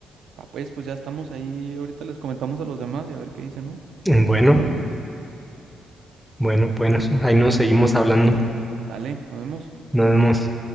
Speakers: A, on the right; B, in the centre.
A: Ah, pues, pues ya estamos ahí. Ahorita les comentamos a los demás y a ver qué dicen, ¿no?
B: Bueno, bueno, pues ahí nos seguimos hablando.
A: Sale, nos vemos.
B: Nos vemos.